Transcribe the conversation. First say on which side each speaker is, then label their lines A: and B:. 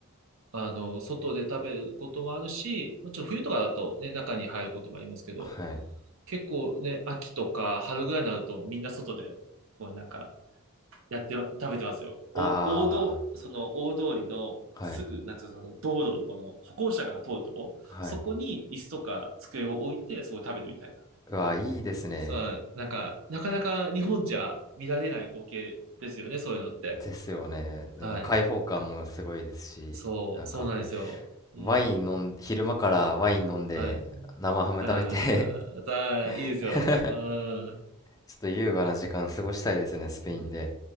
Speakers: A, on the right; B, on the left.
A: あの、外で食べることもあるし、まあ、ちょっと冬とかだとね、中に入ることもありますけど、
B: はい。
A: 結構ね、秋とか春ぐらいになるとみんな外で、こうなんか、やって、食べてますよ。お、
B: あ
A: 大道、その大通りのすぐ、
B: あ、はい。
A: なんていうか、その道路のこの歩行者が通るとこ、
B: はい。
A: そこに椅子とか机を置いて、そこで食べるみたいな。
B: うわ、いいですね。
A: さあ、なんか、なかなか日本じゃ見られない光景ですよね、そういうのって。
B: ですよね。でも、
A: はい。
B: 開放感もすごいですし、
A: そう、
B: なんか、
A: そうなんですよ。うん。
B: ワイン飲ん、昼間からワイン飲んで、
A: はい。
B: 生ハム食べて
A: ああ、さあ、いいですよ。
B: <laughs>
A: うん。
B: ちょっと優雅な時間過ごしたいですね、スペインで。
A: うん。